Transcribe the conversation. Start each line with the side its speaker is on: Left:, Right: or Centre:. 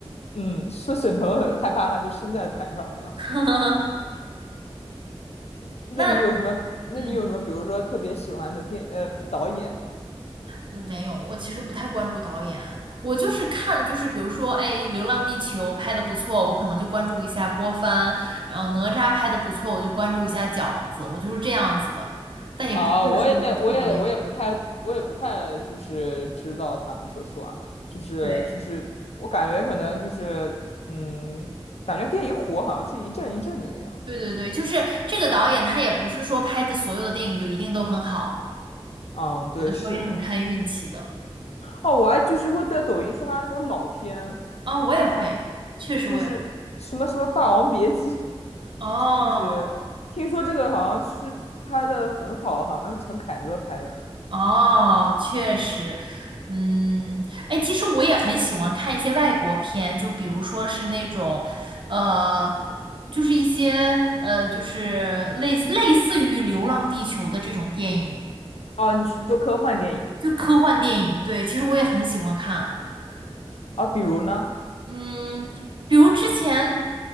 Left: 嗯，说沈腾很害怕她就生在台上那样。
Right: <laughs>
Left: 那你有什么？
Right: 那
Left: 那你有什么？
Right: 嗯。
Left: 比如说特别喜欢的电呃导演吗？
Right: 嗯，没有，我其实不太关注导演啊，我就是看，就是比如说，哎，《流浪地球》拍的不错，我可能就关注一下郭帆，然后哪吒拍的不错，我就关注一下饺子，我就是这样子的，但也不会说是特别。
Left: 啊，我也我也我也不太我也不太就是知道他们说实话，就是就是我感觉可能就是嗯，
Right: 对，
Left: 感觉电影火好像是一阵一阵的那样。
Right: 对对对，就是这个导演他也不是说拍的所有的电影就一定都很好，
Left: 嗯，对，
Right: 有的时候也很看运气的。
Left: 是的。哦，我还就是会在抖音刷到那种老片，
Right: 啊、我也会，确实我也会。
Left: 就是什么什么《霸王别姬》，
Right: 哦。
Left: 就是听说这个好像是拍的很好，好像是陈凯歌拍的。
Right: 哦，确实，嗯，哎，其实我也很喜欢看一些外国片，就比如说是那种，呃，就是一些呃，就是类似类似于《流浪地球》的这种电影，
Left: 哦，你说科幻电影
Right: 就科幻电影。对，其实我也很喜欢看，
Left: 啊，比如呢？
Right: 嗯，比如之前